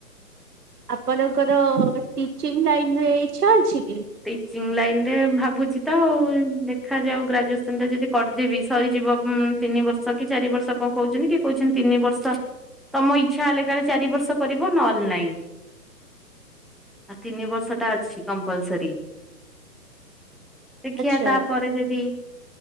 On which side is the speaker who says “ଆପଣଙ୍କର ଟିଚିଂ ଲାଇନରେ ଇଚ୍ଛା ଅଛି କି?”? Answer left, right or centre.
Right